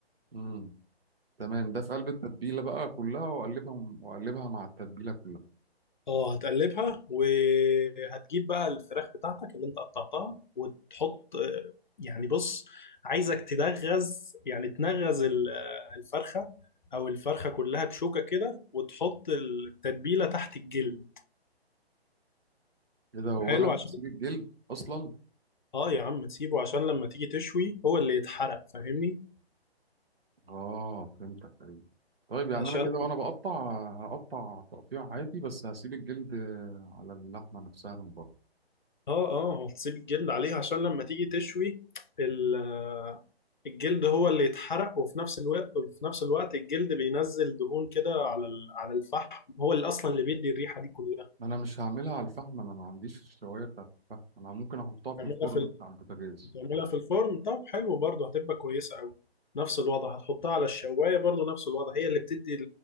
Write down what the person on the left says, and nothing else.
اه هتقلبها وهتجيب بقى الفراخ بتاعتك اللي انت قطعتها وتحط آه، يعني بص عايزك تدغز يعني تنغز ال- آه، الفرخة او الفرخة كلها بشوكة كده وتحط التتبيلة تحت الجلد
حلو
عشان
اه يا عم تسيبه عشان لما تيجي تشوي هو اللي يتحرق فاهمني
عشان
اه اه هتسيب الجلد عليها عشان لما تيجي تشوي ال- آه، الجلد هو اللي يتحرق وفي نفس الوقت وفي نفس الوقت الجلد بينزل دهون كده على ال- على الفحم هو اللي اصلا اللي بيدي الريحة دي كلها
تعملها
في ال-
تعملها في الفرن طب حلو برضه هتبقى كويسة قوي نفس الوضع هتحطها على الشواية برضه نفس الوضع هي اللي بتدي ال-